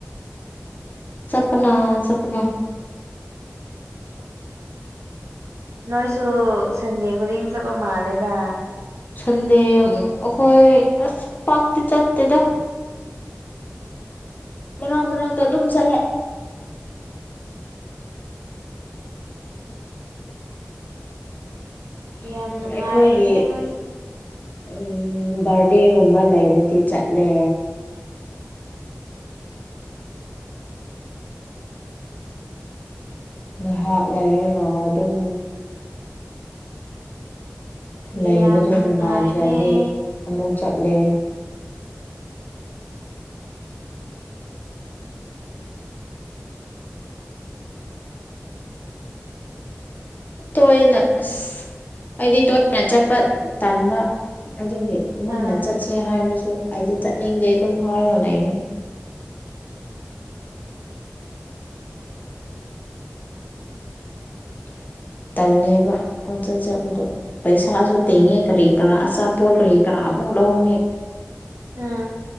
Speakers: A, on the left; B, on the right.
A: ꯆꯠꯄꯅ ꯆꯠꯞꯅ
B: ꯅꯣꯏꯁꯨ ꯁꯟꯗꯦ ꯈꯨꯗꯤꯡ ꯆꯠꯄ ꯃꯥꯜꯂꯦꯗ
A: ꯁꯟꯗꯦꯑꯈꯣꯏ ꯑꯁ ꯄꯥꯥꯛꯇ ꯆꯦꯗ ꯃꯅꯥ ꯃꯅꯥꯛꯇ ꯑꯗꯨꯝ ꯆꯂꯦ <inaudible>
B: ꯌꯥꯝ ꯅꯨꯡꯉꯥꯏꯔꯦꯅꯦ
A: ꯑꯩꯈꯣꯏꯒꯤ
B: ꯅꯣꯏꯁꯦ
A: ꯎꯝ ꯕꯔꯗꯦꯒꯨꯝꯕ ꯂꯩꯔꯗꯤ ꯆꯠꯂꯦ ꯉꯥꯏꯍꯥꯛ ꯂꯩꯔꯒ ꯑꯗꯨꯝ
B: ꯌꯥꯝ
A: ꯂꯩꯕꯗꯣ
B: ꯅꯨꯡꯉꯥꯏꯔꯦ
A: ꯅꯨꯡꯉꯥꯏꯇ꯭ꯔꯗꯤ ꯑꯃꯨꯛ ꯆꯠꯂꯦ ꯇꯣꯏꯅ ꯑꯁ ꯍꯥꯏꯗꯤ ꯇ ꯑꯩꯅ ꯆꯠꯄ ꯇꯟꯕ ꯑꯗꯨꯒꯤ ꯃꯣꯏꯅ
B: ꯑꯥ
A: ꯆꯠꯁꯦ ꯍꯥꯏꯔꯁꯨ ꯑꯩꯗꯤ ꯆꯠꯅꯤꯡꯗꯦ ꯑꯗꯨꯝ ꯍꯥꯏꯔꯒ ꯂꯩ <inaudible> ꯇꯜꯂꯦꯕ ꯑꯃ ꯆꯠ ꯆꯕꯗꯣ ꯄꯩꯁꯥꯁꯨ ꯇꯤꯡꯉꯦ ꯀꯔꯤ ꯀꯔꯥ ꯑꯆꯥꯄꯣꯠ ꯀꯔꯤ ꯀꯔꯥ ꯑꯃꯨꯛ ꯅꯦ
B: ꯎꯝ